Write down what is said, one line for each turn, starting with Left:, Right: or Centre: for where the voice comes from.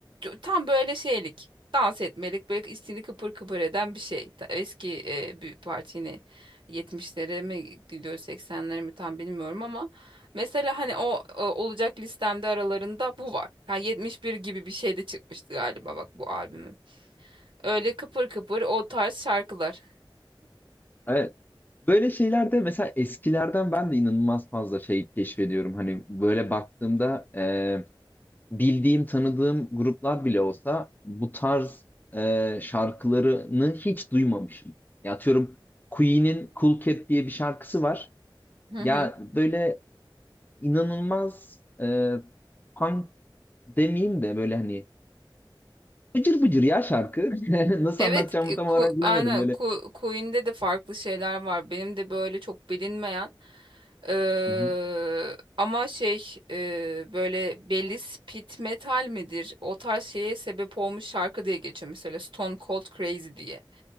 Right: tam böyle şeylik dans etmelik böyle içini kıpır kıpır eden bir şey. Ta- Eski e, bir parti yine 70'lere mi gidiyor 80'lere mi tam bilmiyorum ama mesela hani o, e, olacak listemde aralarında bu var. Yani 71 gibi bir şey de çıkmıştı galiba bak bu albümü. Öyle kıpır kıpır o tarz şarkılar.
Left: Evet. Böyle şeylerde mesela eskilerden ben de inanılmaz fazla şey keşfediyorum. Hani böyle baktığımda e, bildiğim, tanıdığım gruplar bile olsa bu tarz e, şarkılarını hiç duymamışım. Ya atıyorum Queen'in Cool Cat diye bir şarkısı var.
Right: Hı
Left: Ya
Right: hı.
Left: böyle inanılmaz e, punk demeyeyim de böyle hani bıcır bıcır ya şarkı. <laughs> Nasıl
Right: Evet,
Left: anlatacağımı
Right: e,
Left: tam
Right: Ku-
Left: olarak bilemedim
Right: aynen
Left: böyle.
Right: Ku- Queen'de de farklı şeyler var. Benim de böyle çok bilinmeyen Eee,
Left: Hı hı.
Right: ama şey eee, böyle belli speed metal midir? O tarz şeye sebep olmuş şarkı diye geçiyor mesela Stone Cold Crazy diye.